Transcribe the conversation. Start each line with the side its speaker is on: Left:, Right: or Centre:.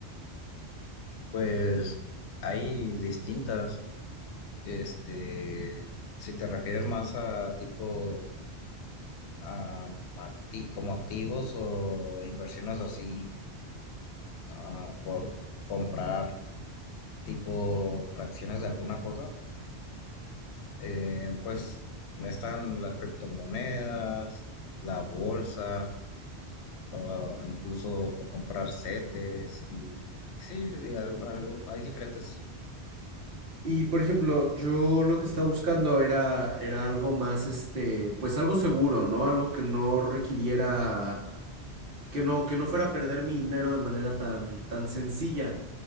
Left: Pues hay distintas, este, si te refieres más a tipo, a, acti- como activos o inversiones así, ah, por comprar tipo fracciones de alguna cosa, eh, pues están las criptomonedas, la bolsa, ah, incluso comprar CETES y sí, y al- algún, hay diferentes
Right: Y por ejemplo, yo lo que estaba buscando era, era algo más, este, pues algo seguro, ¿no? Algo que no requiriera, que no, que no fuera a perder mi dinero de manera tan, tan sencilla.